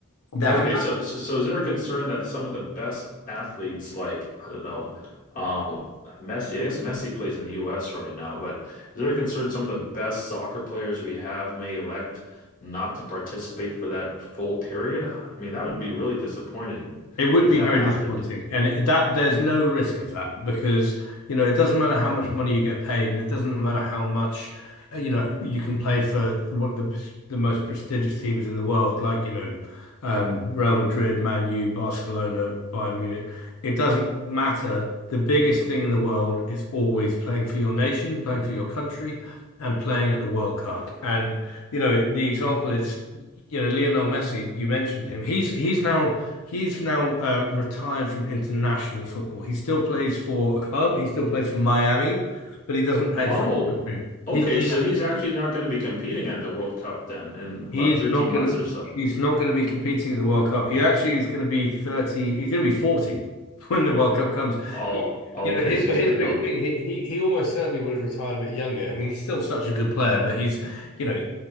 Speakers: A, on the left; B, on the left.
A: there
B: Okay, so, so so is there a concern that some of the best athletes, like I don't know, um, Messi, I guess Messi plays in the U.S. right now, but is there a concern some of the best soccer players we have may elect not to participate for that full period? I mean, that would be really disappointing
A: It would
B: if
A: be
B: that
A: very
B: happened.
A: disappointing, and it, that there's no risk of that because you know it doesn't matter how much money you get paid, and it doesn't matter how much uh, you know you can play for one of the the most prestigious teams in the world, like you know um, Real Madrid, Man U, Barcelona, Bayern Munich. It doesn't matter. The biggest thing in the world is always playing for your nation, playing for your country, and playing at the World Cup. And you know the example is you know Lionel Messi. You mentioned him. He's he's now He's now um, retired from international football. He still plays for a club. He still plays for Miami, but he doesn't play
B: Oh,
A: for his country.
B: okay,
A: He's yeah,
B: so he's actually not going to be competing at the World Cup then in about
A: he is
B: 13
A: not gonna
B: months or so.
A: he's not gonna be competing at the World Cup. He actually is gonna be 30, he's gonna be 40 <laughs> when the World Cup comes.
B: Oh,
A: He,
B: okay,
A: you know, him,
B: so
A: but
B: he's
A: his
B: pretty
A: big
B: old
A: thing, he, he he almost certainly would have retired a bit younger. I mean, he's still such a good player, but he's, you know,